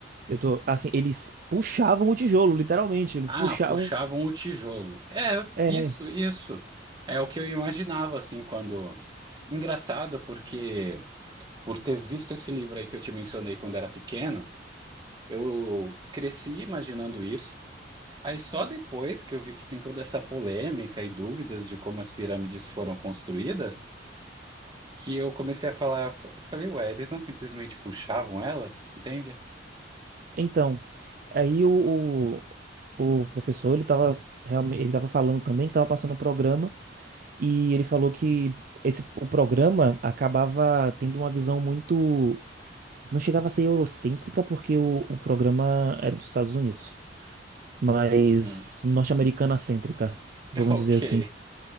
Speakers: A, on the right; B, on the right.
A: Eu tô. Assim, eles puxavam o tijolo, literalmente. Eles
B: Ah,
A: puxavam.
B: puxavam o tijolo. É, isso,
A: É.
B: isso. É o que eu imaginava assim quando engraçado porque por ter visto esse livro aí que eu te mencionei quando era pequeno, eu cresci imaginando isso. Aí só depois que eu vi que tem toda essa polêmica e dúvidas de como as pirâmides foram construídas, que eu comecei a falar, fa- falei, ué, eles não simplesmente puxavam elas, entende?
A: Então, aí o, o, o professor, ele tava, realmente, ele tava falando também que tava passando o programa e ele falou que esse, o programa acabava tendo uma visão muito... Não chegava a ser eurocêntrica porque o, o programa é dos Estados Unidos, mas
B: Uhum.
A: norte-americana cêntrica, vamos
B: <laughs> Ok.
A: dizer assim.